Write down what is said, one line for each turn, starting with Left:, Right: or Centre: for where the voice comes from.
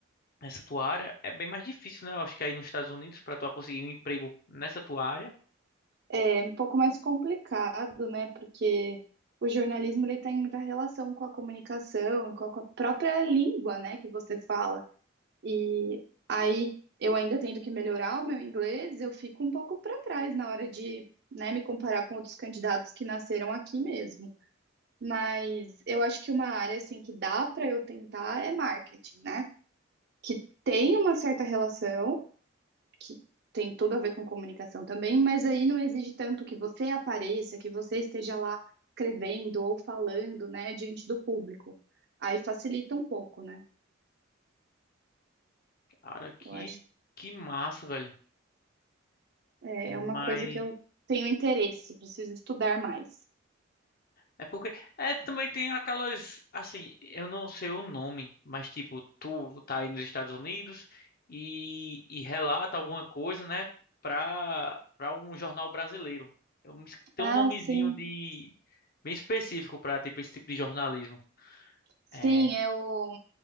Left: nessa tua área é bem mais difícil, né? Eu acho que aí nos Estados Unidos pra tu conseguir um emprego nessa tua área,
Right: É um pouco mais complicado, né? Porque o jornalismo ele tem muita relação com a comunicação e com a co- própria língua, né, que você fala. E aí eu ainda tendo que melhorar o meu inglês, eu fico um pouco para trás na hora de, né, me comparar com outros candidatos que nasceram aqui mesmo. Mas eu acho que uma área assim que dá para eu tentar é marketing, né? Que tem uma certa relação que tem tudo a ver com comunicação também, mas aí não exige tanto que você apareça, que você esteja lá escrevendo ou falando, né, diante do público. Aí facilita um pouco, né?
Left: cara, que
Right: Eu acho que
Left: que massa, velho.
Right: é
Left: Mas
Right: é uma coisa que eu tenho interesse, preciso estudar mais.
Left: É porque é também tem aquelas assim, eu não sei o nome, mas tipo, tu tá aí nos Estados Unidos e, e relata alguma coisa, né, pra para um jornal brasileiro. Eu me esque- tem
Right: Ah,
Left: um nomezinho
Right: sim.
Left: de bem específico pra tipo esse tipo de jornalismo.
Right: Sim,
Left: É,
Right: é o